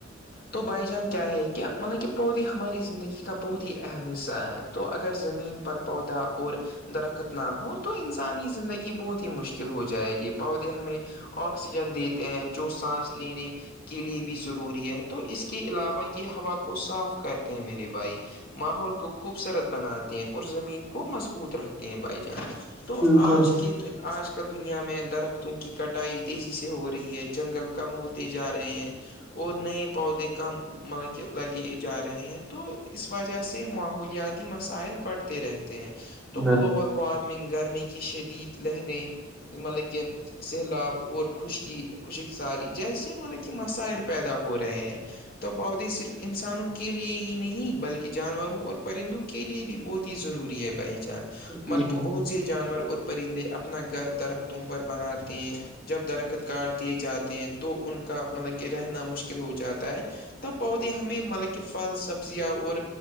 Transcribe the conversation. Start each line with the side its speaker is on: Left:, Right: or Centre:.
Left: تو بائی جان کیا ہے کہ مطلب کہ پودے ہماری زندگی کا بہت ہی اہم حصہ ہیں تو اگر زمین پر پودا اور درخت نہ ہو تو انسانی زندگی بہت ہی مشکل ہو جائے گی پودے ہمیں آکسیجن دیتے ہیں جو سانس لینے کے لیے بھی ضروری ہے تو اس کے علاوہ یہ ہوا کو صاف کرتے ہیں میرے بھائی ماحول کو خوبصورت بناتے ہیں اور زمین کو مضبوط رکھتے ہیں بائی جان تو
Centre: بالکل
Left: آج کی دیا آج کے آج کل دنیا میں درختوں کی کٹائی تیزی سے ہو رہی ہے جنگل کم ہوتے جا رہے ہیں اور نہیں پؤود کام <unintelligible> مطلب کہ لگے جا رہے ہیں تو اس وجہ سے ماحولیاتی مسائل بڑھ رہتے ہیں تو
Centre: بالکل
Left: گلوبل وارمنگ گرمی کی شدید لہریں مطلب کہ سیلاب اور خوشکی خوشک سالی جیسے مطلب کہ مسائل پیدا ہو ہو رہے ہیں تو پودے صرف انسانوں کے لیے ہی نہیں بلکہ جانوروں اور پرندوں کے لیے بھی بہت ہی ضروری ہے پہچان
Centre: بالکل
Left: ملک بہت سے جانور اور پرندے اپنا گھر درختوں پر بناتے ہیں جب درخت کارڈ دیے جاتے ہیں تو ان کا مطلب کہ رہنا مشکل ہو جاتا ہے تب پودے ہمیں مطلب کہ فھل سبزیاں اور